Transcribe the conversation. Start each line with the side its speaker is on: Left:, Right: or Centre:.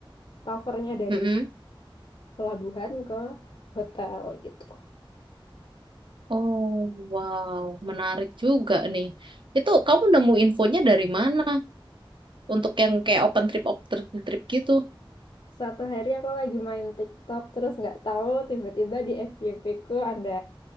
Left: transfernya dari
Right: Mm-mm.
Left: pelabuhan ke hotel gitu.
Right: Oh, wow, menarik juga nih. Itu kamu nemu infonya dari mana? Untuk yang kayak open trip, open trip gitu.
Left: Suatu hari aku lagi main TikTok terus nggak tahu tiba-tiba di FYP ku ada